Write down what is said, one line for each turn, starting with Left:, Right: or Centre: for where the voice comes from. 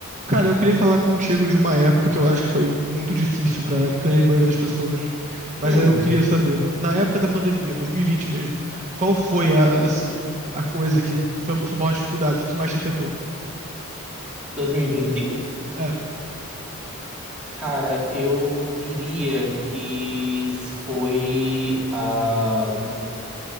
Right: Cara, eu queria falar contigo de uma época que eu acho que foi muito difícil pra grande maioria das pessoas, mas
Centre: Hum,
Right: aí eu queria saber, na época da pandemia, 2020 mesmo, qual foi a, assim, a coisa que foi a sua maior dificuldade, o que mais te afetou?
Centre: 2020?
Right: É,
Centre: Cara, eu diria que foi a.